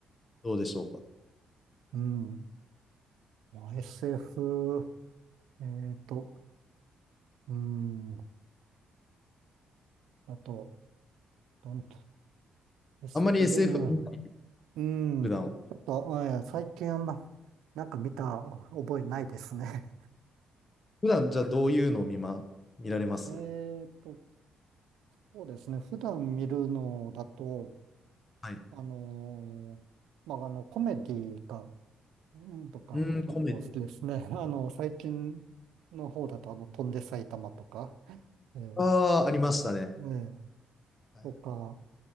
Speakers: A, on the left (about 30°); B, on the right (about 85°).
A: どうでしょうか。
B: うん。まあ SF、えっと、うん。あと、どん、SF
A: あんまり SF
B: どんな、
A: は見ない
B: うん。
A: 普段は、
B: ちょっと、あいや、最近あんま、なんか見た覚えないですね。
A: 普段じゃあどういうのを見ま、見られます
B: <laughs> えっと、そうですね。普段見るのだと、
A: はい。
B: あのーまあ、あの、コメディが、うんとか結構好きですね。
A: うーん、コメデ
B: <laughs> あの、最近の方だと、あの、飛んで埼玉とか、えー
A: ィ。ああ、ありましたね。
B: ね
A: はい、
B: とか、